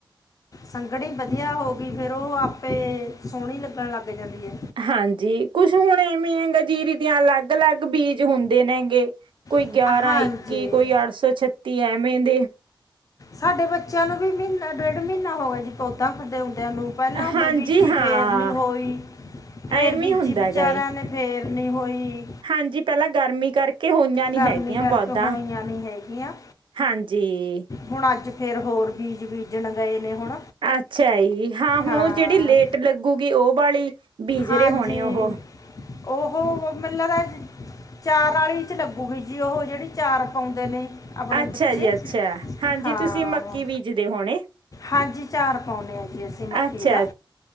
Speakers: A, on the left; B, on the right.
A: ਸੰਘਣੀ ਵਧੀਆ ਹੋ ਗਈ ਫੇਰ ਉਹ ਆਪੇ ਸੋਹਣੀ ਲੱਗਣ ਲੱਗ ਜਾਂਦੀ ਹੈ।
B: ਹਾਂਜੀ ਕੁਛ ਹੁਣ ਐਵੇਂ ਹੈ ਗ ਜੀਰੀ ਦੀਆਂ ਅਲੱਗ ਅਲੱਗ ਬੀਜ ਹੁੰਦੇ ਨੇ ਹੈਗੇ ਕੋਈ
A: ਹੈ
B: ਗਿਆਰਾਂ
A: ਹਾਂਜੀ
B: ਇੱਕੀ ਕੋਈ ਅੱਠ ਸੌ ਛੱਤੀ ਐਵੇਂ ਦੇ।
A: ਸਾਡੇ ਬੱਚਿਆਂ ਨੂੰ ਵੀ ਮਹੀਨਾ ਡੇਢ ਮਹੀਨਾ ਹੋ ਗਿਆ ਜੀ ਪੌਦਾ ਖਡੇ ਆਉਂਦਿਆਂ ਨੂੰ। ਪਹਿਲਾਂ
B: ਹਾਂਜੀ
A: ਬੀਜੀ
B: ਹਾਂ।
A: ਫੇਰ ਨਹੀਂ ਹੋਈ ਫੇਰ
B: ਐਵੇਂ
A: ਬੀਜੀ
B: ਹੁੰਦਾ
A: ਵਿਚਾਰਿਆਂ
B: ਹੈਗਾ ਏ
A: ਨੇ। ਫੇਲ ਨਹੀਂ ਹੋਈ।
B: ਹਾਂਜੀ ਪਹਿਲਾਂ ਗਰਮੀ ਕਰਕੇ ਕਿ ਹੋਈਆਂ ਨੀ
A: ਗਰਮੀ
B: ਹੈਗੀਆਂ
A: ਕਰਕੇ
B: ਪੌਦਾ
A: ਹੋਈਆਂ ਨਹੀਂ ਹੈਗੀਆਂ
B: ਹਾਂਜੀ।
A: ਹੁਣ ਅੱਜ ਫੇਰ ਹੋਰ ਬੀਜ ਬੀਜਣ ਗਏ ਨੇ ਹੁਣ।
B: ਅੱਛਾ ਜੀ, ਹਾਂ ਹੁਣ
A: ਹਾਂ
B: ਉਹ ਜਿਹੜੀ ਲੇਟ ਲੱਗੂਗੀ ਉਹ ਵਾਲੀ ਬੀਜ
A: ਹਾਂਜੀ
B: ਰਹੇ ਹੋਣੇ ਉਹੋ।
A: ਉਹ ਮਤਲਬ ਚਾਰ ਆਲੀ ਲੱਗੂਗੀ ਜੀ ਉਹ ਜਿਹੜੀ ਚਾਰ ਪਾਉਂਦੇ ਨੇ। ਆਪਣੇ
B: ਅੱਛਾ
A: ਬੱਚੇ
B: ਜੀ ਅੱਛਾ, ਹਾਂਜੀ
A: ਹਾਂ
B: ਤੁਸੀਂ ਮੱਕੀ ਬੀਜਦੇ ਹੋਣੇ।
A: ਹਾਂਜੀ ਚਾਰ ਪਾਉਂਦੇ ਹਾਂ ਜੀ, ਅਸੀਂ ਮੱਕੀ
B: ਅੱਛਾ
A: ਦਾ